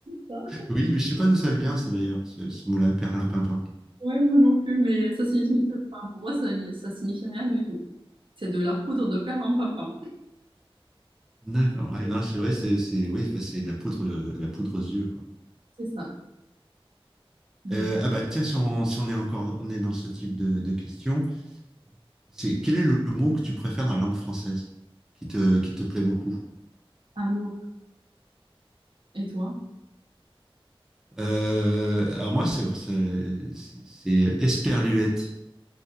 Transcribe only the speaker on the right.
Ça
Ouais, moi non plus, mais ça signifie, enfin, pour moi, ça, ni- ça signifie rien du tout. C'est de la poudre de perlimpinpin. <laughs>
C'est ça. vas
Amour. Et toi,